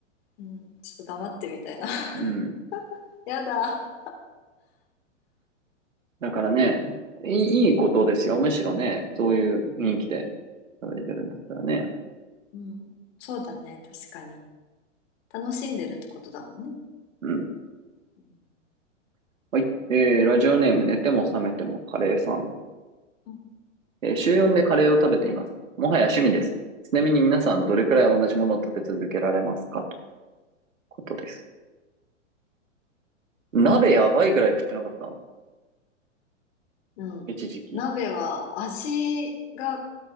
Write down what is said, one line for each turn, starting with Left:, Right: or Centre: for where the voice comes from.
Left: うん、ちょっと黙ってみたいな。<laughs>
Right: うん。
Left: やだ。
Right: だからね、いい、
Left: うん、
Right: いいことですよ。むしろね、そういう雰囲気で食べてるんだったらね。
Left: うん。そうだね、確かに。楽しんでるってことだもんね。
Right: うん。
Left: うん。
Right: はい。えー、ラジオネーム、寝ても覚めてもカレーさん。
Left: うん
Right: えー、週4でカレーを食べています。もはや趣味です。
Left: う
Right: ちなみに皆さん、どれくらい同じものを食べ続けられますかということです。鍋やばいぐらい食ってなかったの
Left: んうん鍋は味が、
Right: 一時期。